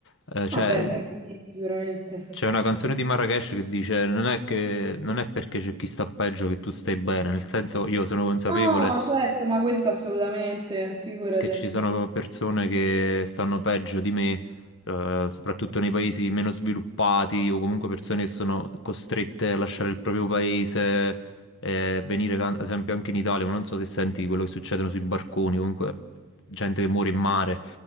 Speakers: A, on the left; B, on the right.
A: eh, cioè,
B: Vabbè, quello sì, sicuramente.
A: c'è una canzone di Marrakesh che dice non è che, non è perché c'è chi sta peggio che tu stai bene, nel senso io sono consapevole
B: No, certo, ma questo assolutamente, figurati.
A: che ci sono persone che stanno peggio di me, eh, soprattutto nei paesi meno sviluppati o comunque persone che sono costrette a lasciare il proprio paese, eh, venire ca- ad esempio anche in Italia, ma non so se senti quello che succedono sui barconi, comunque gente che muore in mare,